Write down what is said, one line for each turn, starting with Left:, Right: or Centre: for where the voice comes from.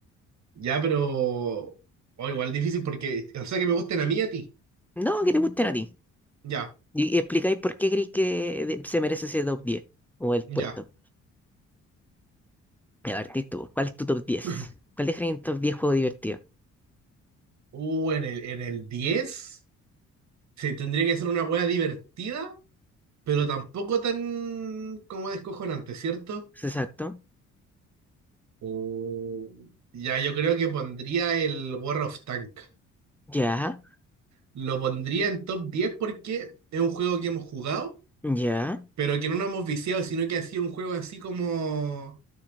Right: ya, pero. o igual difícil porque. O sea, que me gusten a mí y a ti.
Centre: No, que te gusten a ti.
Right: Ya,
Centre: Y, y explicáis por qué creéis que de- se merece ese top 10 o el
Right: ya.
Centre: puesto. Ya, partís tú. ¿Cuál es tu top diez?
Right: <clears throat>
Centre: ¿Cuál dejarías en top 10 juego divertido?
Right: Uh, en el, en el 10 se tendría que ser una wea divertida, pero tampoco tan como descojonante, ¿cierto?
Centre: exacto?
Right: O ya, yo creo que pondría el War of Tank.
Centre: Ya,
Right: Lo pondría en top 10 porque es un juego que hemos jugado.
Centre: ya.
Right: pero que no nos hemos viciado, sino que ha sido un juego así como